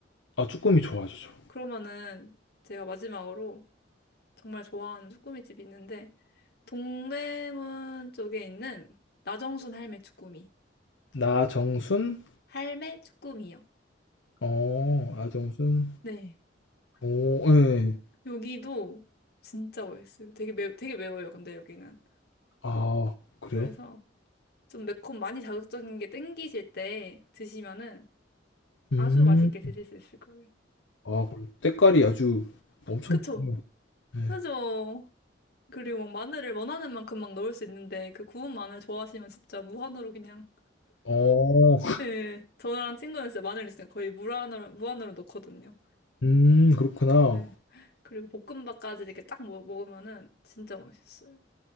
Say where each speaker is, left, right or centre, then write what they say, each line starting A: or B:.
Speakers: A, on the left; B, on the left.
A: 아, 쭈꾸미 좋아하죠. 저.
B: 그러면은 제가 마지막으로 정말 좋아하는 쭈꾸미집이 있는데, 동대문 쪽에 있는 나정순 할매 쭈꾸미.
A: 나정순?
B: 할매 쭈꾸미요.
A: 어, 나정순
B: 네.
A: 오, 예. 네.
B: 여기도 진짜 맛있어요. 되게 매, 되게 매워요, 근데 여기는.
A: 아, 그래요?
B: 그래서 좀 매콤, 많이 자극적인 게 땡기실 때 드시면은
A: 음.
B: 아주 맛있게 드실 수 있을 거예요.
A: 아, 그럼 때깔이 아주 엄청
B: 그쵸?
A: 좋네요. 네.
B: 그죠? 그리고 막 마늘을 원하는 만큼 막 넣을 수 있는데 그 구운 마늘 좋아하시면 진짜 무한으로 그냥
A: 어,
B: 예 저랑 친구는 진짜 마늘 있으니까 거의 무한으로 무한으로 넣거든요.
A: 음, 그렇구나.
B: 네. 그리고 볶음밥까지 이렇게 딱 먹, 먹으면은 진짜 맛있어요.